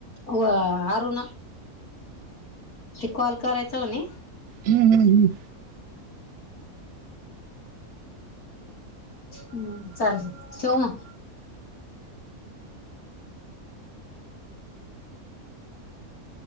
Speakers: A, on the left (about 75°); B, on the right (about 60°).
A: व अरुणा ती कॉल करायच म्हणे.
B: हम्म, हम्म, हम्म.
A: हम्म चालल ठेव मग.